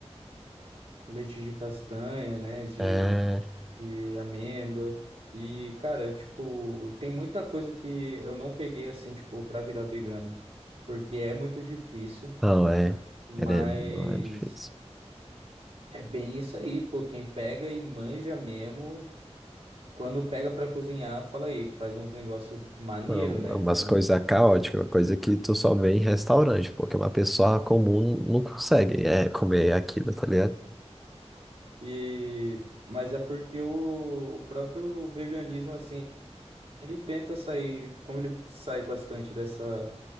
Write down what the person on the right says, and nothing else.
leite de castanha, né? De,
de amêndoa. E, cara, tipo, tem muita coisa que eu não peguei assim, tipo, pra virar vegano, porque é muito difícil,
mas
é bem isso aí, pô. Quem pega e manja mesmo, quando pega pra cozinhar, fala aí, faz uns negócios maneiro,
né?
Faz um.
E mas é porque o, o próprio veganismo, assim, Ele tenta sair, como ele sai bastante dessa